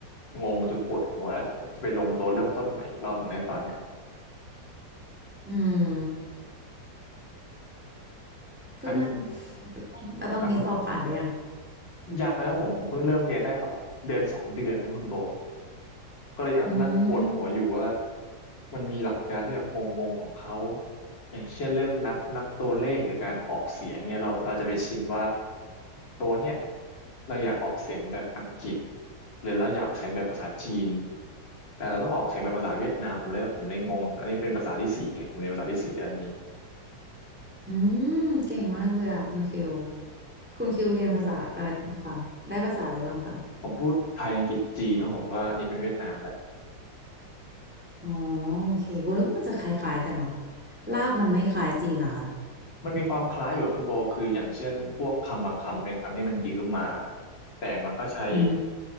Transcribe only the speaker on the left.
งงจนปวดหัวแล้วจะไปลงตัวเริ่มต้นใหม่อีกรอบหนึงเลยตอนเนี้ย
งั้น
อ่ะคุณ ยังนะครับผมผมเพิ่งเริ่มเรียนได้แบบเดือนสองเดือนนะครับคุณโบก็เลยอยากนั่งปวดหัวอยู่ว่า
มันมีหลักการที่แบบงงๆของเขาอย่างเช่นเรื่องนับนับตัวเลขหรือการออกเสียงเนี่ยเราเราจะไปชินว่าตัวเนี่ยเราอยากออกเสียงแบบอังกฤษหรือเราอยากออกเสียงแบบภาษาจีนแต่เราต้องมาออกเสียงแบบภาษาเวียดนามผมเลยผมเลยงงอันนี้เป็นภาษาที่สี่ไงผมเรียนภาษาที่สี่อันนี้
ผมพูดไทยอังกฤษจีนนะผมว่าอันนี้เป็นเวียดนามแล้ว
มันมีความคล้ายอยู่กับคุณโบคืออย่างเช่นพวกคำบางคำเป็นคำที่มันยืมมาแต่มันก็ใช้